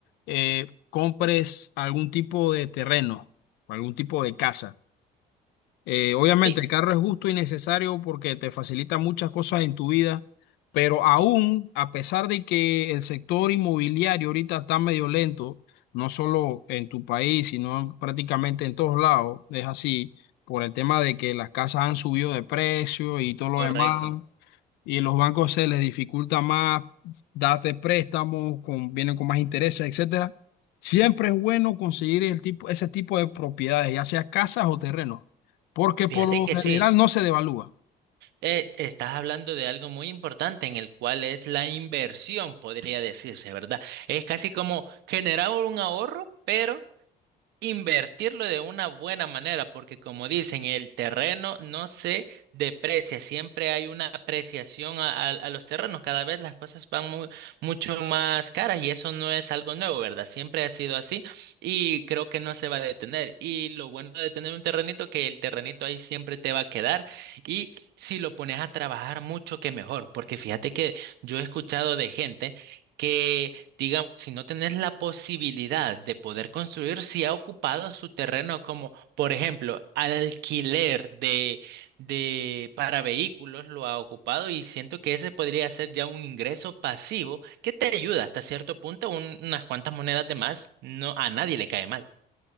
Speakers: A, on the left (about 80°); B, on the right (about 80°).
A: eh, compres algún tipo de terreno, algún tipo de casa. Eh, obviamente
B: Sí,
A: el carro es justo y necesario porque te facilita muchas cosas en tu vida, pero aún a pesar de que el sector inmobiliario ahorita está medio lento, no solo en tu país, sino prácticamente en todos lados, es así, por el tema de que las casas han subido de precio y todo lo
B: correcto.
A: demás y en los bancos se les dificulta más darte préstamos, con, vienen con más intereses, etcétera. Siempre es bueno conseguir el tipo, ese tipo de propiedades, ya sea casas o terrenos, porque
B: Fíjate
A: por lo
B: que sí.
A: general no se devalúa.
B: Eh, estás hablando de algo muy importante en el cual es la inversión, podría decirse, ¿verdad? Es casi como generar un ahorro, pero invertirlo de una buena manera, porque como dicen, el terreno no se deprecia, siempre hay una apreciación a, a- a los terrenos, cada vez las cosas van mu- mucho más caras y eso no es algo nuevo, ¿verdad? Siempre ha sido así y creo que no se va a detener. Y lo bueno de tener un terrenito, que el terrenito ahí siempre te va a quedar y si lo pones a trabajar mucho, que mejor, porque fíjate que yo he escuchado de gente que digamos, si no tenés la posibilidad de poder construir, si ha ocupado su terreno como, por ejemplo, alquiler de, de para vehículos, lo ha ocupado y siento que ese podría ser ya un ingreso pasivo que te ayuda hasta cierto punto, un- unas cuantas monedas de más, no, a nadie le cae mal.